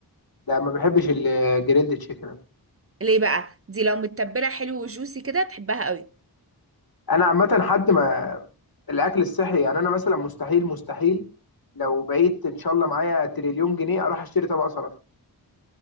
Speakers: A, on the left; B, on the right.
A: ده ما بحبش الجريلد تشيكن
B: ليه بقى دي لو متبله حلو وجوسي كده تحبها قوي
A: أنا عامة حد ما الاكل الصحي يعني انا مثلا مستحيل مستحيل لو بقيت ان شاء الله معايا تريليون جنيه اروح اشتري طبق سلطه